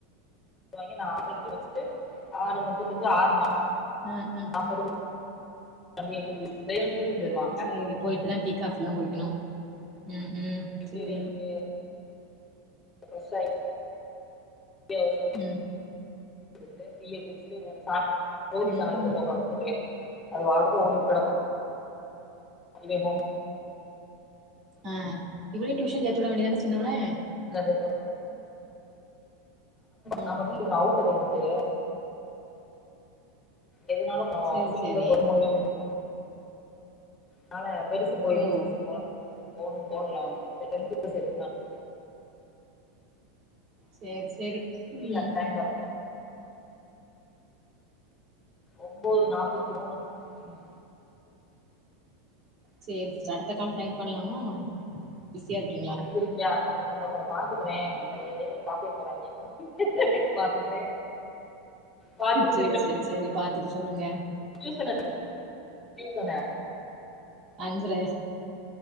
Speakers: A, on the left; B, on the right.
A: வாங்க நா ஆறுக்கு வச்சுட்டு ஆறு முப்பத்தஞ்சு ஆறு நால்
B: ம் ம்
A: நாப்பாதுக் <unintelligible> டியூஷன் போய்றுவா
B: சேரி போயிட்டு தா டீ காபி எல்லா குடிக்கணு ம் ம்
A: எது
B: சேரி
A: எப்டியோ பெர்சாய் <unintelligible>
B: ம்
A: டீய குடிச்சுட்டு டூரி
B: ம்
A: சேனல்
B: ம்
A: போட்டு உக்காரு அது பாட்டுக்கு ஓடிகிட்டு கெடக்கு இது ஹோம்
B: ஆ இவனையு டியூசன் சேத்து விட வேண்டிதான சின்னவனெ
A: ந <unintelligible>
B: ம்
A: நம்ம வீட் அவுட்டர் வந்து எதுனாலு ஆ
B: சேரி
A: சீக்குள்ள
B: சேரி
A: போ மூணு கிலோ மீட்டர் னால பெருசு போயிடு
B: ஓ
A: சிருசு போல போகணு தோணல அவனுக்கு செரி டென்த்துக்கு சேத்துதுகலானு
B: சேரி சேரி
A: ஃப்ரீயா
B: ம்
A: டைம் ஓர்க் ஒம்போது நாப்பத்தி மூணு ம்
B: சேரி அடுத்த கால் கானேக்ட் பண்ணலாமா பிஸியா இருக்கீங்ளா
A: இருக்கியா இந்த கூட பாத்துக்றே அந்த எதையுமே பாத்தே போறாங்கெ பாத்துக்கிறே பாத்துட்டு
B: செரி செரி செரி பாத்துட்டு சொல்லுங்க
A: டியூசனு டியூசனு
B: அஞ்சரெ